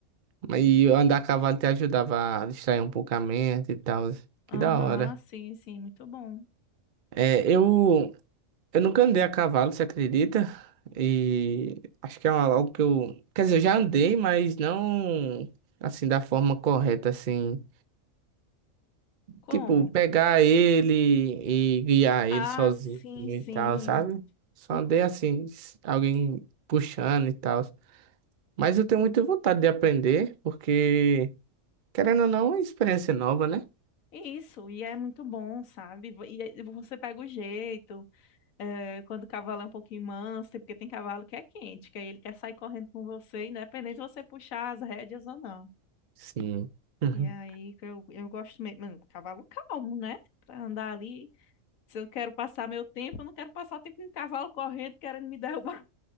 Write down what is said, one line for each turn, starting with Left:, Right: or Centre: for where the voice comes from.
Right: Mas e andar a cavalo te ajudava a distrair um pouco a mente e tal. Que
Left: Aham,
Right: da hora.
Left: sim, sim, muito bom.
Right: É, eu. Eu nunca andei a cavalo, você acredita? E acho que é uma, algo que eu. Quer dizer, eu já andei, mas não assim, da forma correta, assim.
Left: Como?
Right: Tipo, pegar ele e guiar
Left: Ah,
Right: ele sozinho
Left: sim,
Right: e
Left: sim.
Right: tal, sabe? Só
Left: No-
Right: andei assim, s- alguém puxando e tal. Mas eu tenho muita vontade de aprender, porque, querendo ou não, é uma experiência nova, né?
Left: Isso, e é muito bom, sabe? E aí você pega o jeito. É, quando o cavalo é um pouquinho manso, é porque tem cavalo que é quente, que aí ele quer sair correndo com você, independente de você puxar as rédeas ou não.
Right: Sim. <laughs>
Left: E aí que eu, eu gosto mesmo, mano, cavalo calmo, né? Pra andar ali. Se eu quero passar meu tempo, eu não quero passar tempo com um cavalo correndo querendo me derrubar.